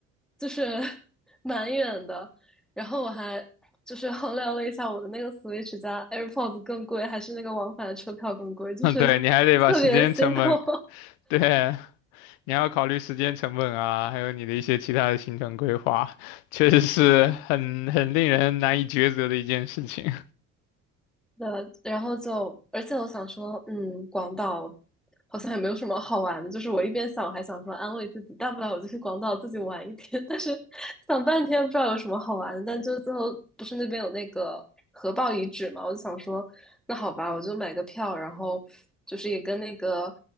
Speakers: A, in the centre; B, on the left.
A: 就是 <laughs> 蛮远的。然后我还就是衡量了一下，我的那个 Switch 加 AirPods 更贵，还是那个往返的车票更贵，就是特别心痛。
B: 嗯，对，你还得把时间成本，对，你还要考虑时间成本啊，还有你的一些其他的行程规划，确实是很很令人难以抉择的一件事情。
A: 呃，然后就，而且我想说，嗯，广岛好像也没有什么好玩的，就是我一边想，还想说安慰自己，大不了我就去广岛自己玩一天，但是想半天不知道有什么好玩的，但就最后不是那边有那个核爆遗址嘛，我就想说，那好吧，我就买个票，然后就是也跟那个